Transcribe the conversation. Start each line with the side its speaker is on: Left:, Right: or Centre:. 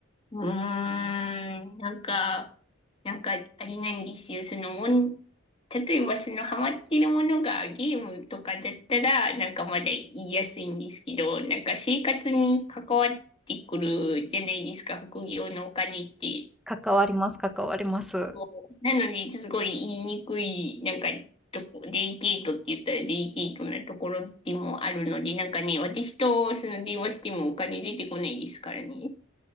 Left: うーん、なんか、なんか、あれなんですよ。そのもん、例えばそのハマってるものがゲームとかだったら、なんかまだ言いやすいんですけど、なんか生活に関わってくるじゃないですか、副業のお金って。
Centre: 関わります関わります。
Left: そうなのに、すごい言いにくい、なんか、とこ、デリケートって言ったらデリケートなところでもあるので、なんかね、私とその電話してもお金出てこないですからね。